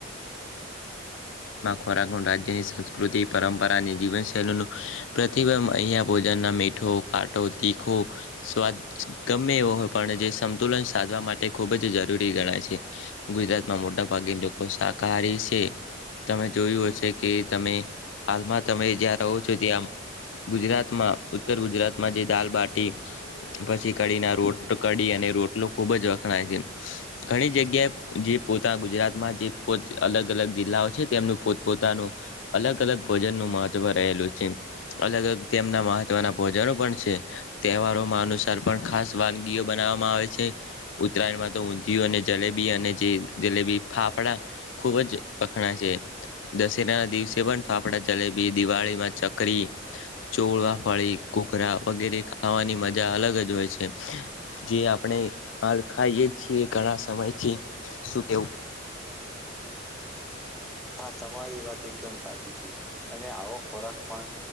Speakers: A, on the left; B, in the centre.
A: ઉત્રાખંડ જેની સંસ્કૃતિ પરંપરા અને જીવનશૈલીનું પ્રતિબંંધ અહીયાયા ભોજનના મીઠો કાટો તીખ ખૂ સ્વાદ ગમે એવો હોય પણ જે સંતુલન સાધવા માટે ખૂબ જ જરૂરી ગણાય છે. ગુજરાત માં મોટા ભાગે લોકો શાકાહારી છે. તમે જોયું હશે કે તમે હાલમાં તમે જ્યાં રહો છો ત્યાં ગુજરાતમાં ઉત્તર ગુજરાતમાં જે દાલબાટી પછી કડીને રોટ કડી અને રોટલો ખુબ જ વખણાય છે ઘણી જગ્યાએ જે પોતા ગુજરાતમાં જે પોત અલગ અલગ જિલ્લાઓ છે તેમનું પોતપોતાનું અલગ અલગ ભોજન નું મહત્વ રહેલું છે. અલગ અલગ તેમના મહત્વના ભોજનો પણ છે તહેવારોમાં અનુસાર પણ ખાસ વાનગીઓ બબનવ આવે ઉત્તરાયણમાં તો ઊંધિયું અને જલેબી અને જે જલેબી ફાફડા ખુબ જ વખણા છે દશેરાના દિવસે પણ ફાફડા જલેબી દિવાળીમાં ચકરી ચોળવા ફળી ઘઘરા વગેરે ખાવાની મજા અલગ જ હોય છે જે આપણે હાલ ખાઈએ છીએ ઘણા સમયથી શું કેવું.
B: હા તમારી વાત એકદમ સાચી છે અને આવો ખોરાક પણ